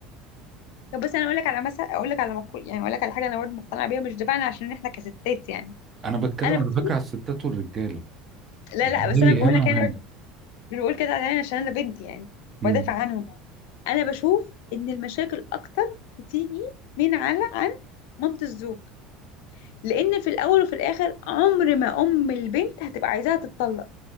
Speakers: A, on the left (about 75°); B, on the right (about 25°).
A: طب بس انا اقول لك على مثلا اقول لك على مقول يعني اقول لك على حاجه انا برضه مقتنعه بيها مش دفاعا عشان احنا كستات يعني
B: أنا بتكلم
A: انا
B: على
A: بشوف
B: فكرة على الستات والرجالة
A: لا
B: الأهالي
A: لا بس انا بقول
B: هنا
A: لك
B: وهنا
A: انا مش بقول كده يعني عشان انا بنت يعني
B: مم.
A: بدافع عنهم انا بشوف ان المشاكل اكتر بتيجي من على عند مامة الزوج لان في الاول وفي الاخر عمر ما ام البنت هتبقى عايزاها تتطلق